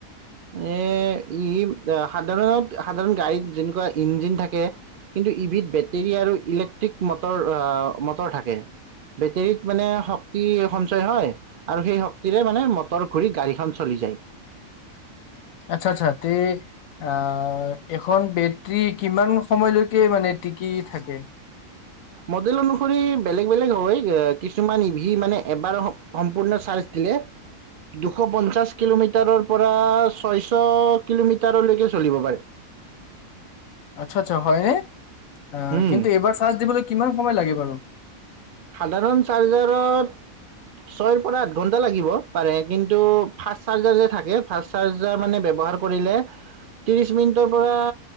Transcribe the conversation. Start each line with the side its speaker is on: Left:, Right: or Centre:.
Right: এ ই সাধাৰণত আ সাধাৰণত সাধাৰণ গাড়ীত যেনেকুৱা ইঞ্জিন থাকে কিন্তু ই বিত বেটেৰী আৰু ইলেক্ট্ৰিক মটৰ আ মটৰ থাকে। বেটেৰীত মানে শক্তি সঞ্চয় হয় আৰু সেই শক্তিৰে মানে মটৰ ঘূৰি গাড়ীখন চলি যায়।
Left: আচ্ছা, আচ্ছা তে আ এখন বেটৰী কিমান সময়লৈকে মানে টিকি থাকে?
Right: মডেল অনুসৰি বেলেগ, বেলেগ হয় কিছুমান ই ভি মানে এবাৰ সম-সম্পূৰ্ণ চাৰ্জ দিলে দুশ পঞ্চাছ কিলোমিটাৰৰ পৰা ছয়ছ কিলোমিটাৰলৈকে চলিব পাৰে।
Left: আচ্ছা, আচ্ছা হয়নে অ'
Right: উম
Left: কিন্তু এইবাৰ চাৰ্জ দিবলৈ কিমান সময় লাগে বাৰু?
Right: সাধাৰণ চাৰ্জাৰত ছয়ৰ পৰা আঠ ঘন্টা লাগিব পাৰে কিন্তু ফাৰ্চ চাৰ্জাৰ যে থাকে ফাৰ্চ চাৰ্জাৰ মানে ব্যৱহাৰ কৰিলে
Left: <inaudible>
Right: ত্ৰিশ মিনিটৰ পৰা,